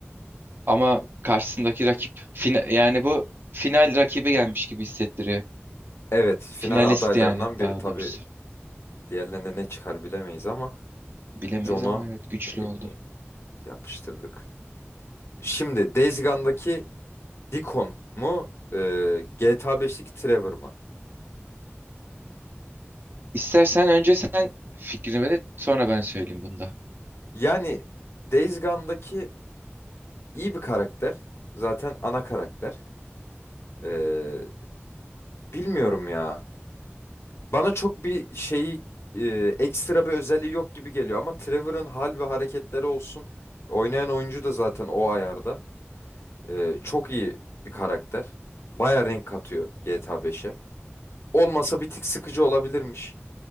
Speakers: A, on the right; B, on the left.
A: Ama karşısındaki rakip fina- yani bu final rakibi gelmiş gibi hissettiriyor.
B: Evet, final
A: Finalist
B: adaylarından
A: yani
B: biri.
A: daha
B: Tabii
A: doğrusu.
B: diğerlerine ne çıkar bilemeyiz ama
A: Bilemeyiz
B: John'u
A: ama evet güçlü
B: e,
A: oldu.
B: yapıştırdık. Şimdi Days Gone'daki Deacon mu? Ee, GTA 5'teki Trevor mı?
A: İstersen önce sen fikrini belirt sonra ben söyleyeyim bunda.
B: Yani Days Gone'daki iyi bir karakter. Zaten ana karakter. Ee, bilmiyorum ya. Bana çok bir şeyi e, ekstra bir özelliği yok gibi geliyor. Ama Trevor'ın hal ve hareketleri olsun. Oynayan oyuncu da zaten o ayarda. Ee, çok iyi bir karakter. Baya renk katıyor GTA 5'e. Olmasa bir tık sıkıcı olabilirmiş.